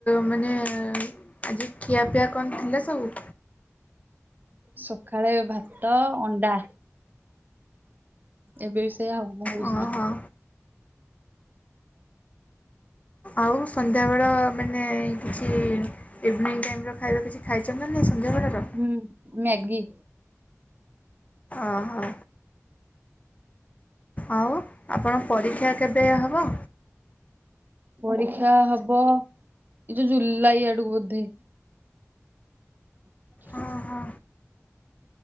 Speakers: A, on the left; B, on the right.
A: ମାନେ ଆଜି ଖିଆପିଆ କଣ ଥିଲା ସବୁ?
B: ସଖାଳେ ଭାତ, ଅଣ୍ଡା। ଏବେ ବି ସେଇଆ ବ ହଉଛି
A: ଓହୋ
B: ନାହିଁ <unintelligible>
A: ଆଉ ସନ୍ଧ୍ୟା ବେଳ ମାନେ କିଛି ଇଭିନିଂ ଟାଇମ୍ ର ଖାଇବା କିଛି ଖାଇଛ ନା ନାହିଁ ସନ୍ଧ୍ୟାବେଳର?
B: ହୁଁ ମ୍ୟାଗି।
A: ଓହୋ। ଆଉ ଆପଣ ପରୀକ୍ଷା କେବେ ହବ?
B: ପରୀକ୍ଷା ହବ ଏ ଯୋଉ ଜୁଲାଇ ଆଡକୁ ବୋଧେ। <inaudible>
A: ଓହୋ